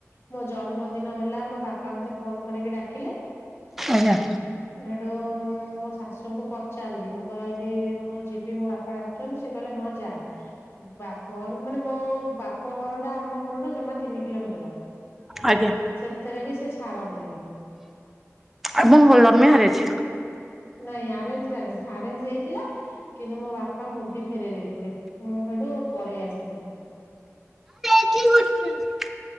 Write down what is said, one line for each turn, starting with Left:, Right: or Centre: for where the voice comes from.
Left: ମୋ ଜନ୍ମଦିନ ହେଲା ମୋ ବାପା ମତେ ଫୋନ କରିକି ଡାକିଲେ।
Centre: ଆଜ୍ଞା।
Left: ସୋଉଟୁ, ମୁଁ ମୋ ଶାଶୁଙ୍କୁ ପଚାରିଲି। ମୁଁ କହିଲି ମୁଁ ଯିବି। ମୋ ବାପା ଡା ଛନ୍ତି ସେ କହିଲେ ହଁ, ଯା। ବାପଘର ମାନେ ମୋ ବା ବାପ ଘରଟା ଆମ ଘରଠୁ ଜମା ତିନି କିଲୋମିଟର।
Centre: ଆଜ୍ଞା।
Left: ସେଥେରେ ବି ସେ ଛାଡନ୍ତିନି।
Centre: ଆପଣ କଣ ଲଭ୍ ମ୍ୟାରେଜ୍?
Left: ନାଇଁ ଆରେଞ୍ଜ ମ୍ୟାରେଜ୍। ଆରେଞ୍ଜ ହେଇଥିଲା କିନ୍ତୁ ମୋ ବାପା ମୁଦି ଫେରେଇ ଦେଇଥିଲେ। ମୁଁ ସେଠୁ ପଳେଇ ଆସିଥିଲି।
Centre: କିଏ କରିଥିଲେ?